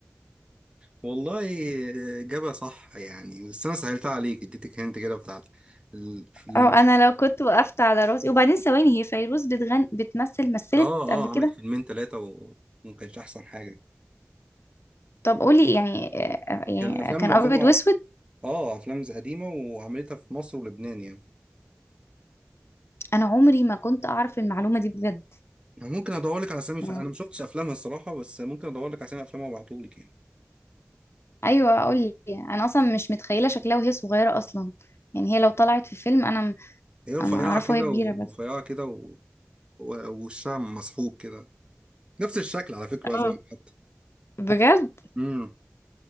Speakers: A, on the right (about 20°); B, on the left (about 65°).
A: والله آه، جابها صح يعني بس انا سهلتها عليك اديتك هنت كده بتاع ال... في ال...
B: او انا لو كنت وقفت على راسي وبعدين ثواني هي فيروز بتغن بتمثل مثلت
A: اه
B: قبل
A: اه
B: كده
A: عملت فيلمين ثلاثة وما كانش احسن حاجة
B: طب قولي يعني آه، يعني
A: كان الافلام
B: كان
A: معظمها
B: ابيض واسود
A: اه افلام زي قديمة وعملتها في مصر ولبنان يعني
B: انا عمري ما كنت اعرف المعلومه دي بجد
A: أنا ممكن ادور لك على اسامي ف...
B: يعني
A: انا ما شفتش افلامها الصراحة بس ممكن ادور لك على اسامي افلامها وابعتهولك يعني
B: ايوه قولي انا اصلا مش متخيله شكلها وهي صغيره اصلا يعني هي لو طلعت في فيلم انا
A: هي رفيعة
B: انا اعرفه
A: كده
B: وهي كبيره
A: ورفيعة
B: بس
A: كده و... و- ووشها مسحوق كده نفس الشكل على فكرة
B: اه
A: يا زويل حتى
B: بجد
A: امم